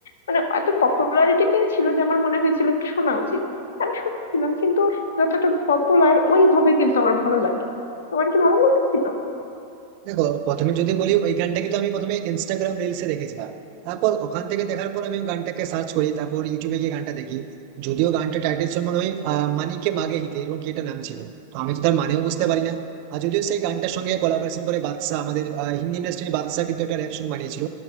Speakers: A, on the left (about 65°); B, on the right (about 45°).
A: মানে এত পপুলারিটি পেয়েছিল যে আমার মনে হয়েছিল একটু শোনা উচিত আমি শুনেছিলাম কিন্তু যতটা পপুলার ওইভাবে কিন্তু আমার ভালো লাগে তোমার কি ভালো লেগেছিল
B: দেখো প্রথমে যদি বলি ওই গানটা কিন্তু আমি প্রথমে ইনস্টাগ্রাম রিলসে দেখেছিলাম তারপর ওখান থেকে দেখার পর আমি ওই গানটাকে সার্চ করি তারপর ইউটিউবে গিয়ে গানটা দেখি যদিও গানটা টাইটেল ছিল মনে হয় আহ, মানিকে মাগে হিতে এরকম কি একটা নাম ছিল তো আমি তো তার মানেও বুঝতে পারি না আর যদিও সেই গানটার সঙ্গে কোলাবোরেশন করে বাদশা আমাদের আহ, হিন্দি ইন্ডাস্ট্রির বাদশা কিন্তু একটা র্যাপ সং বানিয়েছিল